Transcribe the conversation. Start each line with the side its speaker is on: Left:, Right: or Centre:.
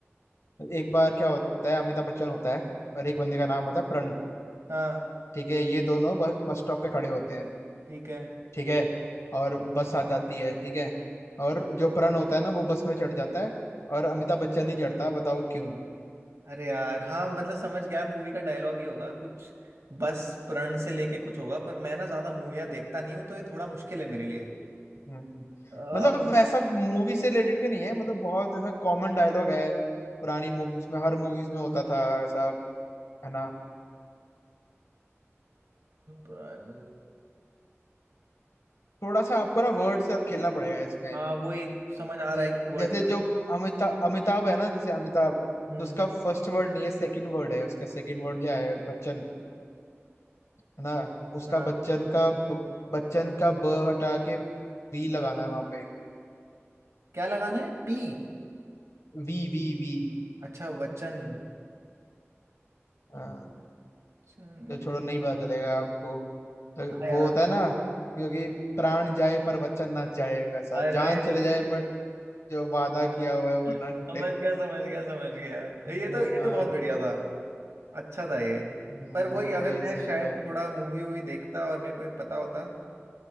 Left: एक एक बार क्या होता है अमिताभ बच्चन होता है और एक बंदे का नाम होता है प्रण
Right: हाँ
Left: ठीक है ये दोनों बस बस स्टॉप पे खड़े होते हैं
Right: ठीक है
Left: ठीक है और बस आ जाती है ठीक है और जो प्रण होता है ना वो बस में चढ़ जाता है और अमिताभ बच्चन नहीं चढ़ता बताओ क्यों
Right: अरे यार हाँ मतलब समझ गया मूवी का डायलॉग ही होगा कुछ बस प्रण से लेके कुछ होगा पर मैं ना ज्यादा मूवियाँ देखता नहीं हूँ तो ये थोड़ा मुश्किल है मेरे लिए
Left: हम्म।
Right: अ,
Left: मतलब
Right: अ,
Left: वैसा मूवी से रिलेटेड भी नहीं है मतलब बहुत ऐसा कॉमन डायलॉग है पुरानी मूवीज में हर मूवीज में होता था ऐसा है ना
Right: प्रण
Left: थोड़ा सा आपको ना वर्ड से खेलना पड़ेगा इसमें
Right: हाँ वो एक समझ आ रहा
Left: जे-
Right: है कि वर्ड
Left: जैसे जो अमिताभ अमिताभ है ना जैसे अमिताभ
Right: हम्म
Left: तो उसका फर्स्ट वर्ड नहीं है सेकंड वर्ड है उसका सेकंड वर्ड क्या है बच्चन है ना उसका
Right: हाँ
Left: बच्चन का ब, बच्चन का ब हटा के वी लगाना है वहां पे
Right: क्या लगाना है पी
Left: V V V
Right: अच्छा वचन
Left: हाँ
Right: चन-
Left: तो छोड़ो नहीं पता चलेगा आपको तो
Right: हाँ
Left: वो
Right: यार
Left: होता है ना क्योंकि प्राण जाए पर वचन ना जाए वैसा
Right: अरे
Left: जान चले जाए बट जो वादा किया हुआ है वो
Right: <laughs>
Left: ना टूटे
Right: समझ गया समझ गया समझ गया
Left: हाँ
Right: ये तो ये तो बहुत बढ़िया था अच्छा था ये
Left: हम्म,
Right: पर वही अगर
Left: वही
Right: मैं
Left: सही
Right: शायद
Left: था
Right: थोड़ा मूवी वूवी देखता और मेरे को ये पता होता